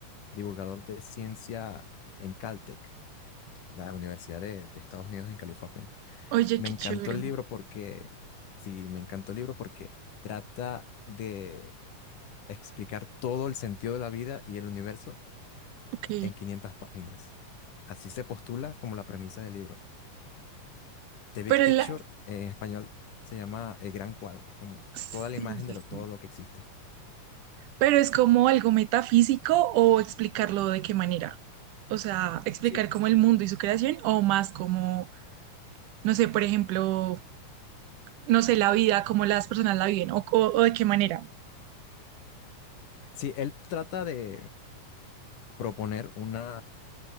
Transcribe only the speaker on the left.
divulgador de ciencia en Caltech, la Universidad de, de Estados Unidos en California.
Me
encantó
el libro porque, sí, me encantó el libro porque trata de explicar todo el sentido de la vida y el universo
en 500 páginas. Así se postula como la premisa del libro. The Big
Picture,
eh, en español, se llama el gran cuadro, como
toda la imagen
de lo, todo
lo que existe.
Sí,
sí, él trata de proponer una,